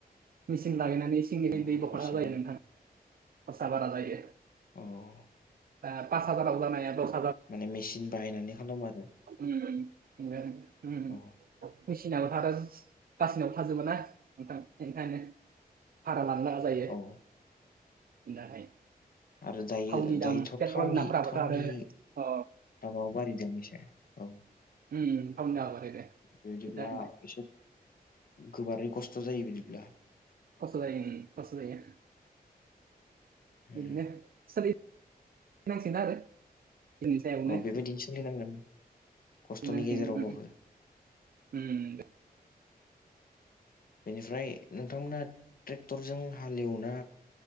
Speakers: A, on the right; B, on the left.
A: मेसिन लागायनानै सिंनि
B: अ
A: दै बख'नांगौ
B: खरसा
A: जायो
B: बारा
A: नोंथां खरसा बारा जायो
B: औ
A: पास हाजाराव जानाया द
B: माने मेसिन बाहायनानै हाल एवो आरो
A: ओम-ओम
B: औ
A: मेसिनाव था गासिनावबो थाजोबोना नोंथां बेखायनो भारा लानो जायो
B: औ
A: दाहाय
B: आरो दायो
A: थावनि दाम
B: दायोथ'
A: पेट्रलनि
B: थावनि-थावनि
A: दामफोराबोथ' आरो अ
B: दामाबो बारायदों एसे औ
A: ओम थावनि दामा बारायदों बेनि
B: बेबायदिब्ला
A: दारैनो
B: एसे गोबारै खस्थ' जायो बिदिब्ला
A: खस्थ' जायो ओम खस्थ' जायो
B: उम,
A: बिदिनो सोलि नांसिगोन आरो जोंनि सायावनो
B: औ बेबायदिनो सोलिनांगोन खस्थ'नि
A: नांसिगोन
B: गेजेरावबाबो
A: उम उम दे
B: बेनिफ्राय नोंथांमोना ट्रेक्टरजों हालेवोना